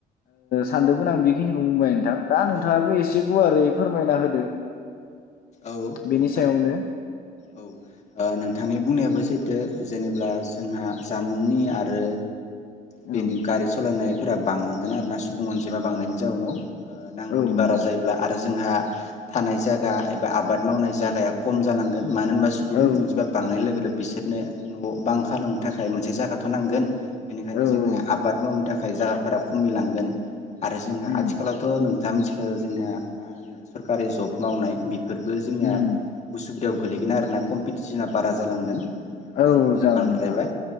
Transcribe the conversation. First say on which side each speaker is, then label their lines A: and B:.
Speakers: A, on the left; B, on the left.
A: सानदोंमोन आं बेखिनिखौ बुंबाय नोंथां दा नोंथाङाबो
B: औ
A: एसे गुवारै फोरमायना होदो
B: औ
A: बेनि
B: नोंथां
A: सायावनो
B: औ नोंथांनि बुंनायाबो सैथो जेनेब्ला जोंहा जामुंनि आरो बेनि
A: औ
B: गारि सलायनाय फोरा बांलांगोन आरो ना सुबुं अनजिमा बांनायनि जाउनाव नांगौनि
A: औ
B: बारा
A: नंगौ
B: जायोब्ला
A: नोंथां
B: आरो जोंहा थानाय जागा एबा आबाद मावनाय जागाया खम जालांगोन मानो होनबा सुबुं
A: औ
B: अनजिमाया बांनाय लोगो बिसोरनो न' बां खालामनो थाखाय मोनसे जायागाथ नांगोन बेनिखायनो
A: औ
B: जोंहा
A: औ
B: आबाद माव <unintelligible> थाखाय जायगाफोरा खमिलांगोन आरो जोंहा
A: उम
B: आथिखालावथ' नों <unintelligible> जोंना मा होनो सरकारि जब मावनाय <unintelligible> बेफोरबो जोंनिया
A: उम
B: उसुबिदायाव <unintelligible> गोलैगोन आरो ना <unintelligible> <unintelligible> बारा जोलांगोन नांगौनि
A: औ जागोन
B: बांद्रायबा
A: नोंथां